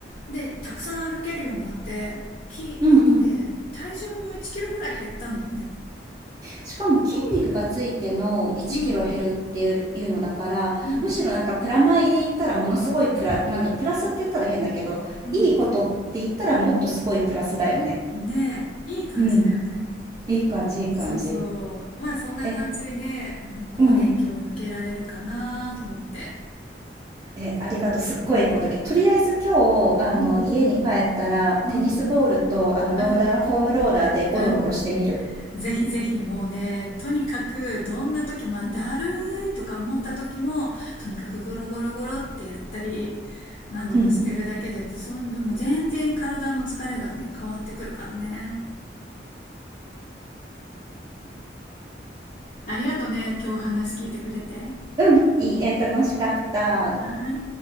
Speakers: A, on the left; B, on the right.
A: で、たくさん歩けるようになって、き、
B: うんうん。
A: えっとね、体重も1キロぐらい減ったんだよね。
B: しかも筋肉がついての1キロ減るっていうのだからむしろなんかプラマイで言ったらものすごいプラなんだろうプラスって言ったら変だけどいいことって言ったらもっとすごいプラスだよね。
A: うん、うん、うん。ねえ、いい感じだよね。
B: うんいい感じいい感じ。
A: そうそう。まあそんな感じでね、
B: え
A: あの、更年期を抜けられるかなと思って。
B: うんえありがとうすっごいいいこととりあえず今日あの家に帰ったらテニスボールとあのローラーフォームローラーでゴロゴロしてみる。
A: うん、うん、うん、うん、うん。ぜひぜひもうね、とにかくどんな時も、まあだるいとか思った時も、とにかくゴロゴロゴロってやったり、あの、
B: うん
A: してるだけで、そもう全然体の疲れがね、変わってくるからね。ありがとうね、今日話聞いてくれて。は
B: うんいいえー楽しかった。
A: ーい。